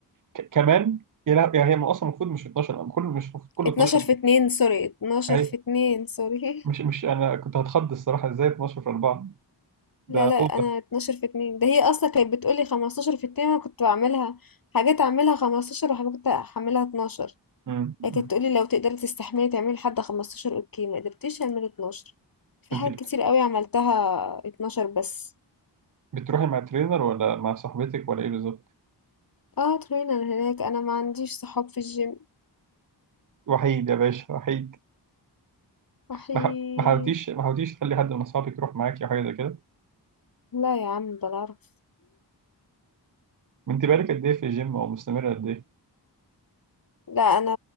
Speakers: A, on the right (about 45°); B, on the left (about 50°).
A: ك- كمان يا لا يعني هي اصلا المفروض مش 12 كله مش المفروض كله
B: 12
A: 12
B: في 2 سوري 12
A: اي
B: في 2 سوري
A: مش
B: <laughs>
A: مش انا كنت هتخض الصراحة ازاي 12 في 4 ده
B: لا لا
A: اوفر
B: انا 12 في 2 ده هي اصلا كانت بتقولي 15 في 2 انا كنت بعملها حاجات اعملها 15 وحاجات احملها 12
A: امم أمم.
B: هي كانت تقولي لو تقدري تستحملي تعملي لحد 15 اوكي ما قدرتيش اعمل 12 في
A: انت
B: حاجات
A: بت-
B: كتير قوي عملتها 12 بس
A: بتروحي مع ترينر ولا مع صاحبتك ولا ايه بالظبط
B: اه ترينر هناك انا ما عنديش صحاب في الجيم
A: وحيد يا باشا وحيد
B: وحيد
A: ما ح- ما حاولتيش ما حاولتيش تخلي حد من اصحابك يروح معاكي او حاجه زي كده
B: لا يا عم بعرف
A: انت بقالك قد ايه في الجيم او مستمره قد
B: لا انا